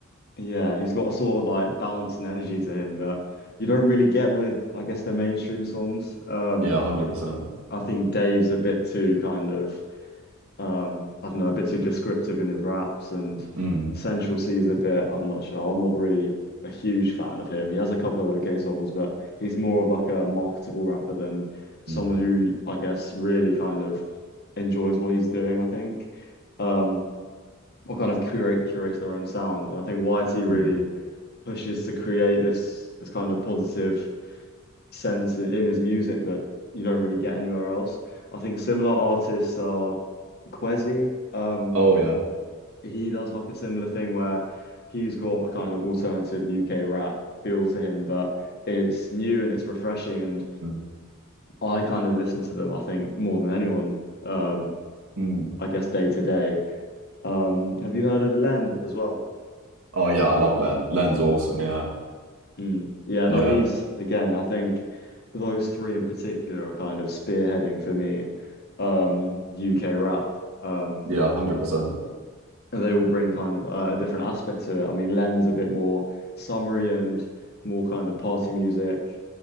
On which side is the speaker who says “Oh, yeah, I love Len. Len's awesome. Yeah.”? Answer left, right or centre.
Right